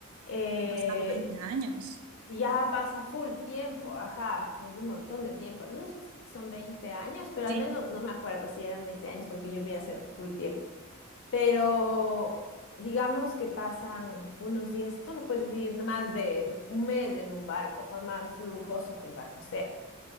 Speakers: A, on the left; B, on the right.
A: eh,
B: Han pasado 20 años.
A: ya pasa full tiempo, ajá, es un montón de tiempo, no sé si son 20 años, pero
B: Sí.
A: al menos no me acuerdo si eran 20 años porque yo vi hace full tiempo, pero digamos que pasan unos diez tú no puedes vivir más de un mes en un barco, por más lujoso que el barco sea.